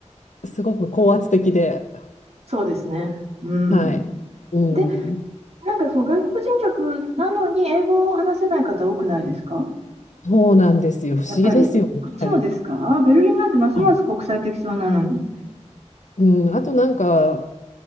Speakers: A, on the left; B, on the right.
A: すごく高圧的で、
B: そうですね。うん。
A: はい。う
B: で、
A: ん。
B: なんかその外国人客なのに英語を話せない方多くないですか
A: そうなんですよ。不思議ですよね。
B: やっぱり。どっちもですかベルリンなんてますます国際的そうなのに。
A: はい。うん。あとなんか、